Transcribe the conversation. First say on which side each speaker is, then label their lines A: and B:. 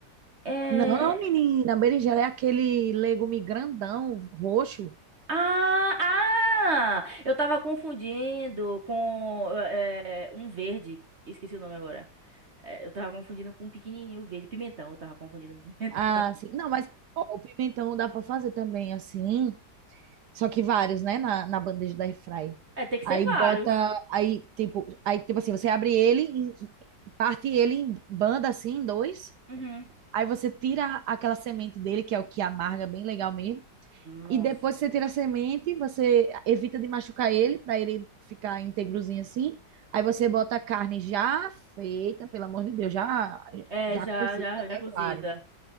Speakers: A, on the right (about 40°); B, on the right (about 70°).
A: É...
B: Não, menina, berinjela é aquele legume grandão, roxo.
A: Ah, ah! Eu tava confundindo com é, um verde. Esqueci o nome agora. É, eu tava confundindo com um pequenininho verde. Pimentão, eu tava confundindo com pimentão.
B: Ah,
A: <laughs>
B: sim. Não, mas ó, o pimentão dá pra fazer também assim, só que vários, né, na, na bandeja da airfry.
A: É, tem que
B: Aí
A: ser vários.
B: bota, aí tipo, aí tipo assim, você abre ele, em- parte ele em banda assim, em dois,
A: Uhum.
B: Aí você tira aquela semente dele, que é o que amarga bem legal mesmo.
A: Nossa.
B: E depois que você tira a semente, você evita de machucar ele, para ele ficar íntegrozinho assim. Aí você bota a carne já feita, pelo amor de Deus, já,
A: É,
B: já
A: já,
B: cozida,
A: já, já
B: né?
A: cozida.
B: Claro.